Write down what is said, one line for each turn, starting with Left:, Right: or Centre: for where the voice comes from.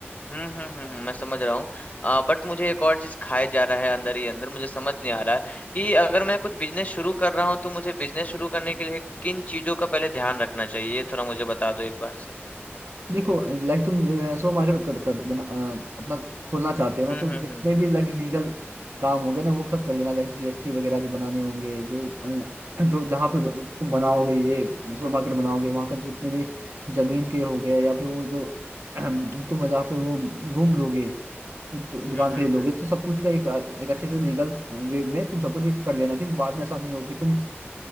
Left: हम्म हम्म हम्म हम्म, मैं समझ रहा हूँ आ, बट मुझे एक और चीज खाए जा रहा है अंदर ही अंदर मुझे समझ नहीं आ रहा है कि अगर मैं कुछ बिजनेस शुरू कर रहा हूँ तो मुझे बिजनेस शुरू करने के लिए किन चीजों का पहले ध्यान रखना चाहिए ये थोड़ा मुझे बता दो एक बार से
Right: देखो लाइक तुम सो मार्केट कर कर बना अ, अपना खोलना चाहते हो ना
Left: हम्म
Right: तो
Left: हम्म
Right: जितने
Left: हम्म
Right: भी लाइक लीगल काम होंगे ना वो सब कर लेना लाइक जीएसटी वगैरह जो बनाने होंगे जो अ, जो जहाँ पे तुम बनाओगे ये सुपर मार्केट बनाओगे वहाँ का जितने भी जमीन के हो गए या फिर वो जो <clears throat> तुम जहाँ पे वो रूम लोगे जो दु, दुकान
Left: हम्म हम्म
Right: के लिए
Left: हम्म
Right: लोगे
Left: हम्म,
Right: तो सब कुछ का एक एक अच्छे से लीगल वे में तुम सब कुछ एक कर लेना क्योंकि बाद में ऐसा नहीं हो कि तुम